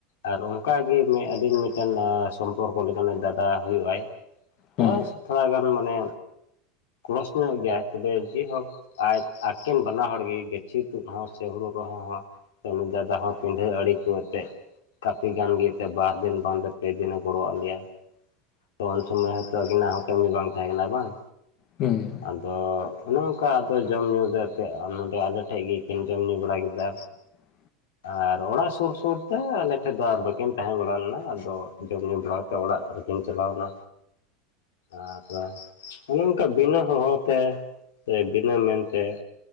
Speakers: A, on the left; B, on the left.
A: ᱟᱨ ᱚᱱᱠᱟᱜᱮ ᱢᱮᱜ ᱟᱹᱞᱤᱧ ᱢᱤᱫᱴᱮᱱ ᱟᱸ ᱥᱚᱢᱯᱚᱨᱠᱚ ᱞᱮᱠᱟᱱᱮ ᱫᱟᱫᱟ ᱦᱩᱭᱩᱜ-ᱟᱭ <inaudible>
B: ᱦᱩᱸ
A: ᱛᱷᱚᱲᱟᱜᱟᱱ ᱢᱟᱱᱮ ᱠᱚᱲᱚᱥ ᱧᱚᱜ ᱜᱮᱭᱟᱭ ᱛᱚᱵᱮ ᱡᱮᱵᱷᱟᱵᱽ ᱟᱡ ᱟᱠᱤᱱ ᱵᱟᱞᱟ ᱦᱚᱲ ᱜᱮ ᱜᱟᱹᱪᱷᱤ ᱛᱩᱫ ᱦᱚᱸ ᱥᱮ ᱦᱩᱲᱩ ᱨᱚᱦᱚᱭ ᱦᱚᱸ ᱛᱚ ᱩᱱᱤ ᱫᱟᱫᱟ ᱦᱚᱸ ᱯᱤᱰᱷᱟᱹ ᱟᱲᱮ ᱠᱚ ᱟᱛᱮᱫ ᱠᱟᱹᱯᱷᱤ ᱜᱟᱱ ᱜᱮ ᱮᱱᱛᱮ ᱵᱟᱨ ᱫᱤᱱ ᱵᱟᱝ ᱫᱚ ᱯᱮ ᱫᱤᱱᱮ ᱜᱚᱲᱚᱣᱟᱜ ᱞᱮᱭᱟ᱾ ᱛᱚ ᱩᱱ ᱥᱚᱢᱚᱭ ᱦᱚᱭᱛᱚ ᱟᱹᱠᱤᱱᱟᱜ ᱦᱚᱸ ᱠᱟᱹᱢᱤ ᱵᱟᱝ ᱛᱟᱦᱮᱸ ᱠᱟᱱᱟ ᱵᱟᱝ?
B: ᱦᱩᱸ᱾
A: ᱟᱫᱚ ᱚᱱᱮ ᱚᱱᱠᱟ ᱟᱫᱚ ᱡᱚᱢ ᱧᱩ ᱫᱚ ᱱᱚᱛᱮᱜ ᱱᱟᱰᱮ ᱟᱞᱮᱴᱷᱮᱡ ᱜᱮᱠᱤᱱ ᱡᱚᱢ ᱧᱩ ᱵᱟᱲᱟ ᱠᱮᱫᱟ᱾
B: <inaudible>
A: ᱟᱨ ᱚᱲᱟᱜ ᱥᱩᱨ ᱥᱩᱨ ᱛᱮ ᱟᱞᱮ ᱴᱷᱮᱡ ᱫᱚ ᱟᱨ ᱵᱟᱹᱠᱤᱱ ᱛᱟᱦᱮᱸ ᱵᱟᱲᱟ ᱞᱮᱱᱟ ᱟᱫᱚ ᱡᱚᱢ ᱧᱩ ᱵᱟᱲᱟ ᱠᱟᱛᱮ ᱚᱲᱟᱜ ᱨᱮᱠᱤᱱ ᱪᱟᱞᱟᱣᱱᱟ᱾ ᱟᱨ ᱚᱱᱮ ᱚᱱᱠᱟ ᱵᱤᱱᱟᱹ ᱦᱚᱦᱚ ᱛᱮ ᱥᱮ ᱵᱤᱱᱟᱹ ᱢᱮᱱᱛᱮ